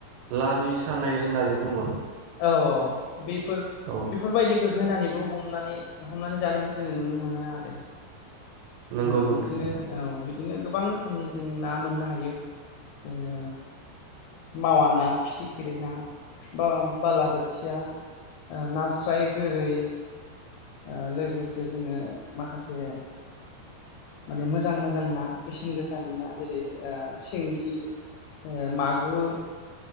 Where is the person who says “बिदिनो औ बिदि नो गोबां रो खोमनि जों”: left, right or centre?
Left